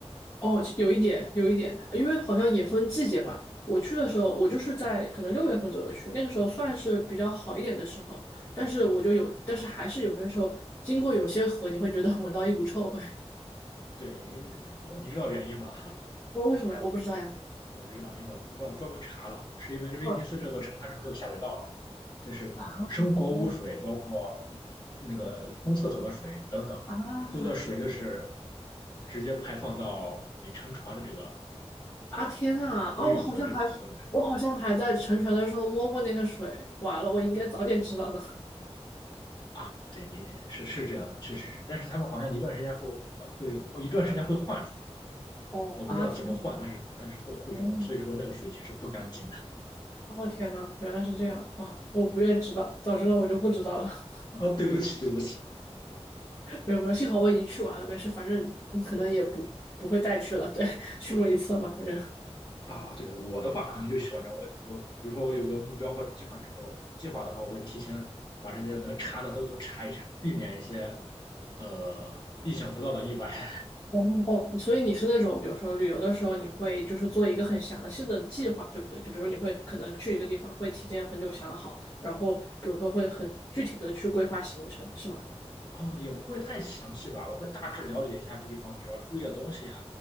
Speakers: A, on the left; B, on the left.
A: 哦，有一点，有一点，因为好像也分季节吧。我去的时候，我就是在可能六月份左右去，那个时候算是比较好一点的时候。但是我就有，但是还是有些时候经过有些河，你会觉得闻到一股臭味，
B: 对，你你知道原因吗？
A: <laughs> 我说为什么呀？我不知道呀。
B: <laughs> 我知道，因为我我专门查了，是因为威尼斯这座城它是没有下水道的。
A: 嗯
B: 就是生活污水，
A: 啊，哦
B: 包括那个冲厕所的水等等，
A: 啊
B: 所有的水都是直接排放到你乘船的这个
A: 啊！天呐，
B: 这个这个运河这个河里面
A: 啊，我好像还我好像还在沉船的时候摸过那个水，完了，我应该早点知道的。<laughs>
B: 啊。对，你是是这样的，确实是。但是他们好像一段时间后呃会，我一段时间会换水，
A: 哦啊天呐，
B: 我不知道怎么换，但是但是会会这么，
A: 哦
B: 所以说那个水其实不干净的。
A: 哦天呐，原来是这样啊！我不愿知道，早知道我就不知道了。
B: 啊，对不起，对不起。
A: 没有没有，幸好我已经去完了，没事，反正可能也不不会再去了。对，<laughs> 去过一次了嘛，反正。
B: 啊，对，我的话可能就喜欢这我我比如说我有个目标或者计划之后，计划的话，我会提前把这些能查的都都查一查，避免一些呃意想不到的意外。<laughs>
A: 哦哦，所以你是那种，比如说旅游的时候，你会就是做一个很详细的计划，对不对？就比如你会可能去一个地方，会提前很久想好，然后比如说会很具体的去规划行程，是吗？
B: 哦，也不会太详细吧，我会大致了解一下这地方，比如要注意的东西啊，